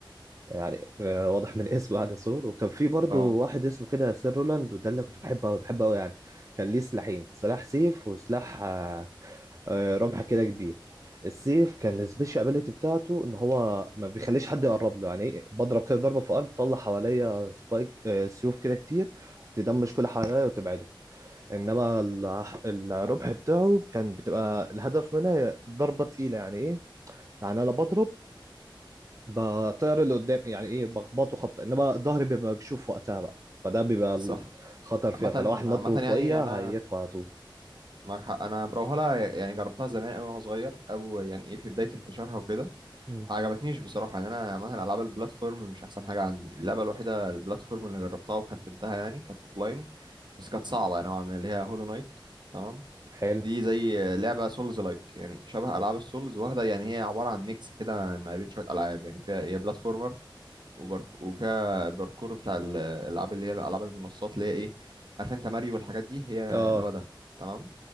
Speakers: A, on the right; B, on the right.
A: يعني آه، واضح من اسمه يعني سور وكان في برضه
B: اه
A: واحد اسمه كده سير رولاند وده اللي كنت بحبه قوي بحبه قوي يعني كان ليه سلاحين سلاح سيف وسلاح آه، آه، رمح كده كبير السيف كان السبيشال ابيليتي بتاعته ان هو ما بيخليش حد يقرب له يعني إيه، بضرب كده ضربه في الارض تطلع حواليا سبايك آه، سيوف كده كتير تدمش كل حواليا وتبعده انما ال- الرمح بتاعه كان بتبقى الهدف منها ضربه تقيله يعني ايه يعني انا بضرب بطير اللي قدام يعني ايه بخبطه خبطه انما ظهري بيبقى مكشوف وقتها بقى فده بيبقى
B: صح
A: الخطر فيها
B: عامة
A: فلو واحد نط
B: عامة
A: من فوقيها
B: يعني أنا
A: هيدخل على طول
B: معاك حق أنا بروهلا يعني جربتها زمان أوي وأنا صغير أو يعني إيه في بداية انتشارها وكده
A: مم.
B: ما عجبتنيش بصراحة يعني أنا عامة ألعاب البلاتفورم مش أحسن حاجة عندي اللعبة الوحيدة البلاتفورم اللي جربتها وختمتها يعني كانت أوفلاين بس كانت صعبة نوعا ما اللي هي هولو نايت تمام
A: حلو
B: دي زي لعبة سولز لايك يعني شبه ألعاب السولز واخدة يعني هي عبارة عن ميكس كده ما بين شوية ألعاب يعني فيها هي بلاتفورمر وبارك... وفيها الباركور بتاع ال- الألعاب اللي هي ألعاب المنصات اللي هي إيه عارف أنت ماريو والحاجات دي هي
A: اه
B: اللي هو ده تمام